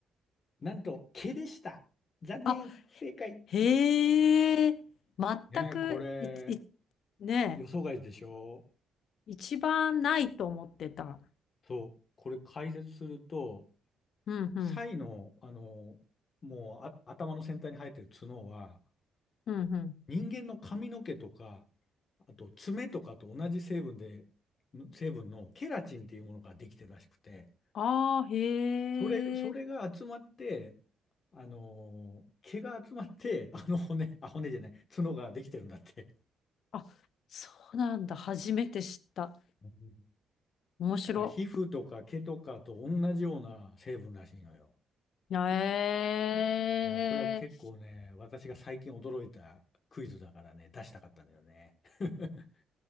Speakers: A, on the left; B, on the left.
A: なんと、毛でした。残念、
B: あ、
A: 不正解。
B: へえ、全く、
A: ねえ、これ、
B: い、い、ね
A: 予想外でしょ
B: え、一番ないと思ってた。
A: そう、これ解説すると、
B: うんうん、
A: サイの、あの、もうあ、頭の先端に生えてる角は、
B: うんうん。
A: 人間の髪の毛とか、あと爪とかと同じ成分で、成分のケラチンっていうものができてるらしくて、
B: ああ、へえ。
A: それ、それが集まって、あのー毛が集まって、<laughs> あの骨、あ、骨じゃない、角ができてるんだって。
B: あ、そうなんだ。初めて知った。
A: うん
B: 面白。
A: だから皮膚とか毛とかと同じような成分らしいのよ。
B: ええ。
A: いや、これは結構ね、私が最近驚いたクイズだからね、出したかったんだよね。<laughs>